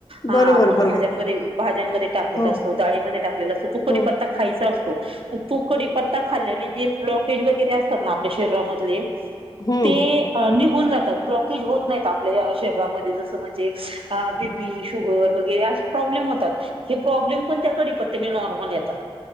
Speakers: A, on the right; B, on the left.
A: हा
B: बरोबर
A: आपण
B: बरोबर
A: भाज्यांमध्ये भाज्यांमध्ये टाकलेला
B: हो
A: असतो डाळीमध्ये टाकलेला, असतो तुकडीपत्ता
B: हो
A: खायचा असतो. तू कढीपत्ता खाल्ल्याने जे ब्लॉकेज वगैरे असतात ना आपल्या शरीरामध्ये
B: हम्म
A: ते निघून ब्लॉकेज होत नाहीत आपल्या शरीरामध्ये असं म्हणजे बीपी शुगर वगैरे प्रॉब्लेम होतात हे प्रॉब्लेम पण त्या कढीपत्त्याने नॉर्मल येतात.